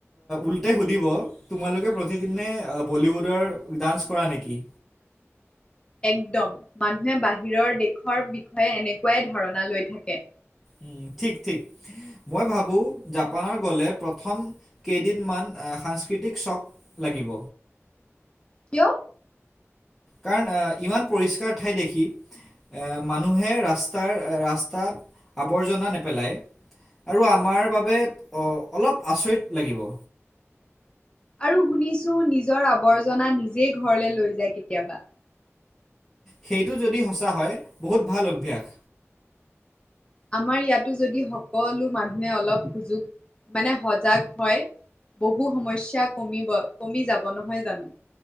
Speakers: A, in the centre; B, on the left.
A: উল্টে সুধিব তোমালোকে প্ৰতিদিনে বলিউডৰ ডান্স কৰা নেকি।
B: <inaudible> একদম মানুহে বাহিৰৰ দেশৰ বিষয়ে এনেকোৱাই ধাৰণা লৈ থাকে।
A: উম ঠিক ঠিক মই ভাবো জাপানৰ গলে প্ৰথম কেইদিন মান সাংস্কৃতিক চক লাগিব
B: কিয়।
A: কাৰণ ইমান পৰিষ্কাৰ ঠাই দেখি। এ মানুহে ৰাস্তাৰ ৰাস্তা আৱৰ্জনা নেপেলায় আৰু আমাৰ বাবে অ অলপ আচৰিত লাগিব।
B: আৰু শুনিছো নিজৰ আৱৰ্জনা নিজেই ঘৰলে লৈ যায় কেতিয়াবা।
A: সেইটো যদি সঁচা হয় বহুত ভাল অভ্যাস
B: আমাৰ ইয়াতো যদি সকলো মানুহে অলপ সুযোগ মানে সজাগ হয়। বহু সমস্যা কমিব কমি যাব নহয় জানো।